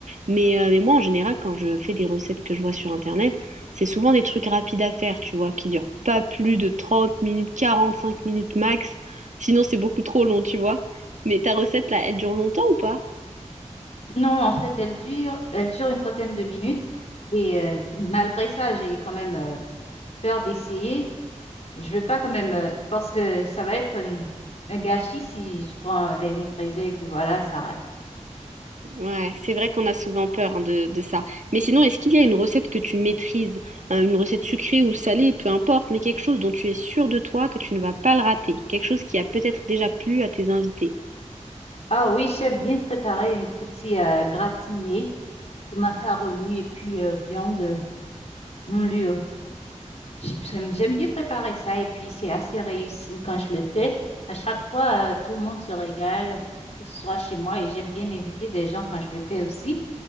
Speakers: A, on the right; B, on the left.
A: Mais, euh, mais moi, en général, quand je fais des recettes que je vois sur Internet, c'est souvent des trucs rapides à faire, tu vois, qui durent pas plus de 30 minutes, 45 minutes max. Sinon, c'est beaucoup trop long, tu vois. Mais ta recette, là, elle dure longtemps ou pas?
B: Non, en fait, elle dure, elle dure une trentaine de minutes. Et euh, malgré ça, j'ai quand même euh, peur d'essayer. Je veux pas quand même, euh, parce que ça va être une- un gâchis si je prends les ingrédients et puis voilà, ça rate.
A: Ouais, c'est vrai qu'on a souvent peur hein, de, de ça. Mais sinon, est-ce qu'il y a une recette que tu maîtrises, hein, une recette sucrée ou salée, peu importe, mais quelque chose dont tu es sûr de toi que tu ne vas pas le rater, quelque chose qui a peut-être déjà plu à tes invités?
B: Ah oui, j'ai bien préparé une petite euh, gratinée aux macaronis et puis euh, viande moulure. J'ai- J'aime j'aime bien préparer ça et puis c'est assez réussi quand je le fais. À chaque fois, euh, tout le monde se régale, que ce soit chez moi et j'aime bien inviter des gens quand je le fais aussi.